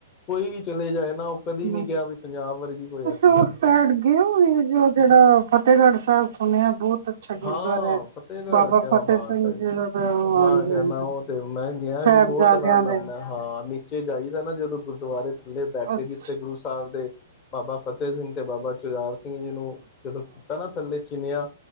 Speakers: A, on the left; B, on the right.
A: ਕੋਈ ਵੀ ਚਲੇ ਜਾਏ। ਨਾ ਉਹ ਕਦੀ
B: ਹਮ
A: ਨਹੀਂ
B: ਤੁਸੀ
A: ਕਿਹਾ ਵੀ ਪੰਜਾਬ ਵਰਗੀ ਕੋਈ ਐਸੀ ਗੱਲ
B: ੳਸ ਸਾਈਡ ਗਏ ਹੋ ਜੋ ਜਿਹੜਾ ਫਤਿਹਗੜ੍ਹ ਸਾਹਿਬ ਸੁਨੇਯਾ ਬਹੁਤ ਅੱਛਾ ਗੁਰਦੁਆਰਾ
A: ਹਾਂ
B: ਹੈ
A: ਫਤਿਹਗੜ੍ਹ
B: ਬਾਬਾ
A: ਕਿਆ
B: ਫਤਿਹ
A: ਬਾਤ
B: ਸਿੰਘ
A: ਹੈ ਜੀ,
B: ਦਾ ਤਾਂ ਉਹ
A: ਮੈਂ
B: ਹਾਂਜੀ
A: ਕਹਿਦਾ
B: ਹਾਂਜੀ
A: ਉਹ ਤੇ ਮੈਂ ਗਿਆ
B: ਸਾਹਿਬਜ਼ਾਦਿਆਂ
A: ਜੀ ਬਹੁਤ ਆਨੰਦ ਆੰਦਾ
B: ਦੇ
A: ਹੈ, ਹਾਂ ਨੀਚੇ ਜਾਈਦਾ ਨਾ ਜਦੋਂ ਗੁਰਦੁਆਰੇ ਥੱਲੇ ਬੈਠੇ
B: ਅੱਛਾ
A: ਜਿੱਥੇ ਗੁਰੂ ਸਾਹਿਬ ਦੇ ਬਾਬਾ ਫਤਿਹ ਸਿੰਘ ਤੇ, ਬਾਬਾ ਝੁਜਾਰ ਸਿੰ ਸਿੰਘ ਜੀ ਨੂੰ ਜਦੋਂ ਕੀਤਾ ਨਾ ਥੱਲੇ ਚਿਨਿਆ